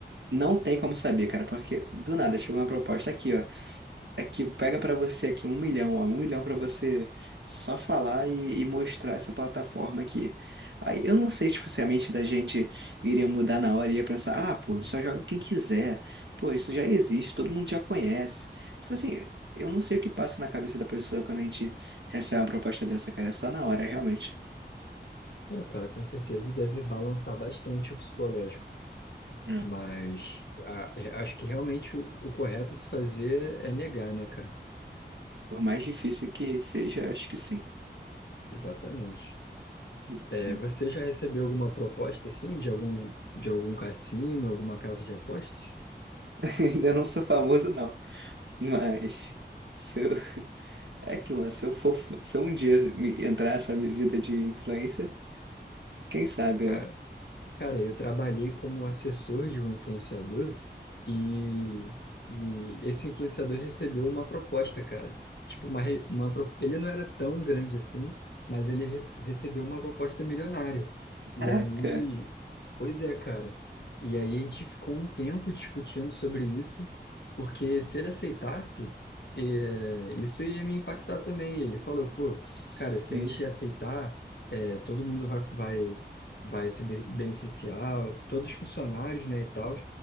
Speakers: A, on the right (about 85°); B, on the left (about 70°).
A: não tem como saber, cara, porque do nada chegou uma proposta aqui, ó. Aqui, pega pra você aqui um milhão, ó, um milhão pra você só falar e, e mostrar essa plataforma aqui. Aí eu não sei se tipo, se a mente da gente iria mudar na hora e ia pensar, ah, pô, só joga quem quiser. Pô, isso já existe, todo mundo já conhece. Tipo assim, eu não sei o que passa na cabeça da pessoa quando a gente recebe uma proposta dessa, cara. É só na hora, realmente.
B: É, o cara com certeza deve balançar bastante o psicológico.
A: É.
B: Mas a- é, acho que realmente o, o correto a se fazer é negar, né, cara?
A: Por mais difícil que seja, acho que sim.
B: Exatamente.
A: <laughs>
B: É, você já recebeu alguma proposta assim de algum de algum cassino, alguma casa de apostas?
A: Ainda não sou famoso, não. Mas. sou. É aquilo, né? Se eu for, se eu um dia me- entrar nessa minha vida de influencer, quem sabe,
B: Cara,
A: né?
B: Cara, eu trabalhei como assessor de um influenciador e, e esse influenciador recebeu uma proposta, cara. Tipo, uma, re- uma, pro- ele não era tão grande assim, mas ele re- recebeu uma proposta milionária. E
A: Caraca!
B: aí, pois é, cara. E aí a gente ficou um tempo discutindo sobre isso, porque se ele aceitasse, eh, isso ia me impactar também. Ele falou, pô,
A: Sim.
B: cara, se a gente aceitar, eh, todo mundo vai, vai vai se be- beneficiar, todos os funcionários, né, e tal.